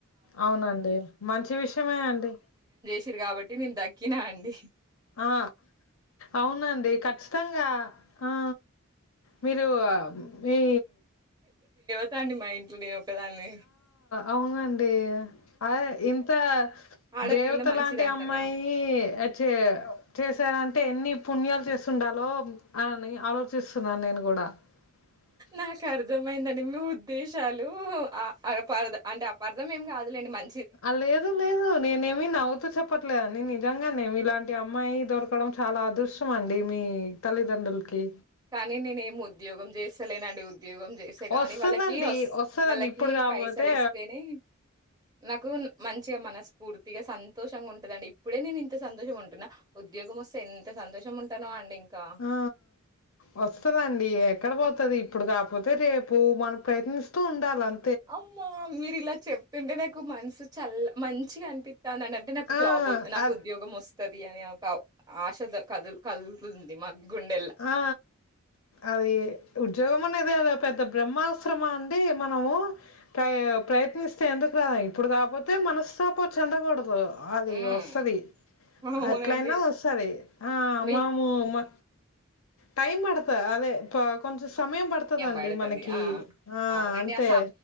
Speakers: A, on the left; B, on the right.
A: అవునండి మంచి విషయమే అండి
B: తిరు కాబట్టి నేను దక్కినా అండి
A: ఆ అవునండి ఖచ్చితంగా ఆ మీరూ ఆ మీ
B: ఉంటానండి మా ఇంట్లో నేను ఒకదాన్ని
A: అవునా అండీ అదే ఇంత
B: ఆడపిల్ల
A: దేవత
B: మంచిదంటారుగా.
A: లాంటి అమ్మాయి అచ్చే చే చేశారంటే ఎన్ని పుణ్యాలు చేసుండాలో అని ఆలోచిస్తున్నా, నేను కూడా <unintelligible>
B: నాకు అర్థమైందండి మీ ఉద్దేశాలు అ అపార్థ అంటే అపార్థం ఏం కాదులేండి మన
A: అ లేదు లేదు నేనేమి నవ్వుతూ చెప్పట్లేదండి, నిజంగానే మిలాంటి అమ్మాయి దొరకడం చాలా అదృష్టం అండి మీ తల్లిదండ్రులకి,
B: కానీ నేనేమి ఉద్యోగం చేస్తలేనండి ఉ ఉద్యోగం చేస్తే గాని
A: వస్తదండి
B: వాళ్ళకి ఒస్
A: వస్తదండి
B: వాళ్ళకి
A: ఇప్పుడు కాకపోతే
B: పైసలు ఇస్తేనే, నాకు మంచిగా మనస్ఫూర్తిగా సంతోషంగా ఉంటదండి, ఇప్పుడే నేను ఇంత సంతోషం ఉంటున్నా ఉద్యోగం వస్తే ఎంత సంతోషం ఉంటనో అండి ఇంకా.
A: ఆ వస్తదండీ ఎక్కడ పోతది ఇప్పుడు కాకపోతే రేపు మనం ప్రయత్నిస్తూ ఉండాలం
B: అమ్మా మీరు ఇలా చెప్తుంటే నాకు మనసు చల్ల మంచిగా అనిపి ఉంటే నాకు
A: ఆ
B: జాబ్ వొద్దు నాకు
A: అ
B: ఉద్యోగం వస్తాది. వాతది అనే ఒక ఆశతో కదు కలుతుంది మా గుండెల్ల.
A: ఆ అది ఉద్యోగం అన్నా ఇదే అదా పెద్ద బ్రహ్మాశ్రమా అండి మనము ప్ర ప్రయత్నిస్తే ఎందుకు రాదా ఇప్పుడు కాకపోతే మనస్సా పో చందకూడదు, అది
B: హ్మ్.
A: వస్తాది,
B: అవునండి.
A: ఎట్లయినా వస్తాది, ఆ
B: మీ
A: మాము
B: హ్మ్.
A: మా టైం పడత అదే క్లాక్ కొంచెం సమయం పడుతదండి
B: బడతది.
A: మనకి
B: ఆ!
A: ఆ
B: అవునండి.
A: అంతే
B: ఆ